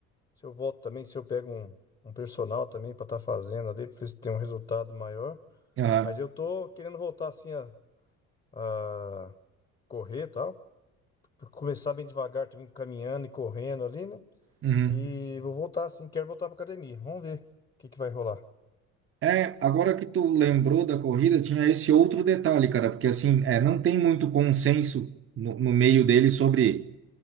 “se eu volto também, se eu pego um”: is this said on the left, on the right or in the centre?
Left